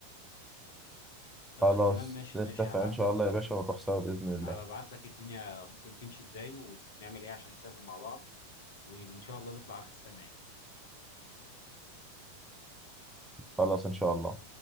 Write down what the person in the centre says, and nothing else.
خلاص
نتفق
ان شاء
الله يا باشا ونروح سوا بإذن الله
خلاص ان شاء الله